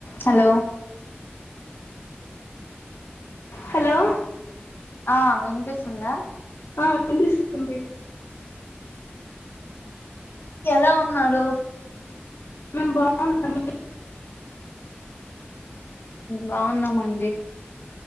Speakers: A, on the left; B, on the left.
A: హలో
B: హలో
A: ఆ వినిపిసుందా
B: ఆ వినిపిస్తుంది
A: ఎలా ఉన్నారు
B: మేం బాగన్నాము
A: బాగున్నామండి